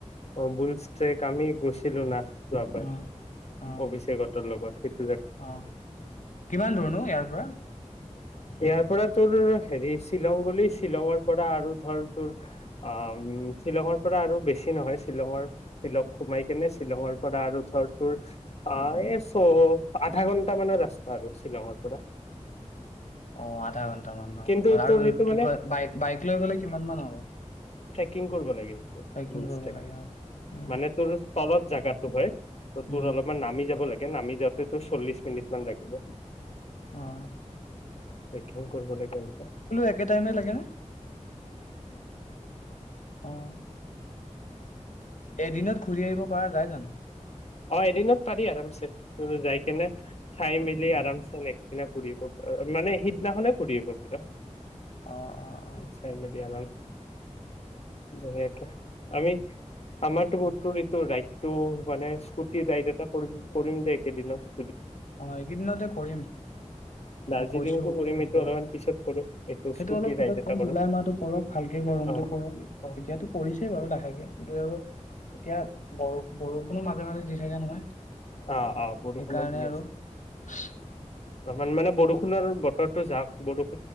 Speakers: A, on the left; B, on the left.
A: অ বুলছেক আমি গৈছিলিলো ন আাবাৰ
B: উম, অ',
A: অভিষেক লগত সেই
B: অ কিমান ধৰণো ইয়াৰ পৰা
A: ইয়াৰ পৰা তোৰ হেৰি শ্বিলং বুলি শ্বিলঙৰ পৰা আৰু ধৰ তোৰ আহ শ্বিলঙৰ পৰা আৰু বেছি নহয় শ্বিলঙৰ শ্বিলং সোমাই কেনে শ্বিলঙৰ পৰা আৰু ধৰ তোৰ আহ এই চ আধা ঘন্টা মানৰ ৰাস্তা আৰু শ্বিলঙৰ পৰা
B: অ আধা ঘন্টা মানৰ
A: কিন্তু
B: আৰু
A: তোৰ সেইটো
B: কি
A: মানে
B: কয় বাই বাইক লৈ গ'লে কিমান মান হ'ব
A: িং কৰিব লাগে
B: ট্ৰেকিং
A: বজ
B: কৰিব লাগে অ'। উম,
A: মানে তোৰ তলত জাগাতটো হয় ত
B: উম,
A: তোৰ অলপমান নামি যাব লাগে আমি যাতে তটো চল্লিশ মিনিট মান লাগিব
B: আহ
A: অ ল
B: একে টাইমে লাগে নে? অঁ, এদিনত ঘূৰি আহিব পৰা যায় জানো?
A: অ এদিনত পাৰি আম যাই কেনে চাই মি ৰি আৰাম নে্ দিনা ঘূৰিব অ মানে সিদিনা হলে ঘূৰিিব পা
B: অঁ, অঁ, অঁ।
A: চাই ম আৰাম দেেকে আমি আমাৰতোতটো ৰাইডটো মানে স্কুটি ৰাইড এটা কৰি কৰিম দে একেদিনত
B: অ এইকেইদিনতে কৰিম
A: দাৰ্জিলিংটো
B: মই কৈছো
A: কৰিম
B: কি
A: এইটো
B: কয়
A: অলপমান পিছত কৰো এইটো
B: সেইটো
A: স্কুটি
B: অলপ পিছত
A: ৰাইড এটা
B: কম
A: কৰো
B: জুলাই মাহটো পৰক ভালকে গৰমতটো
A: অ
B: পক
A: অ
B: এতিয়াতো পৰিছেই বাৰু লাহেকে কিন্তু আৰু এতিয়া ব বৰষুণো মাজে মাজে দি থাকে নহয়
A: অ অ বৰষো
B: সেইকাৰণে
A: দছে
B: <unintelligible>
A: অ মানে বৰষুণৰ বতৰো যাক বৰষুণ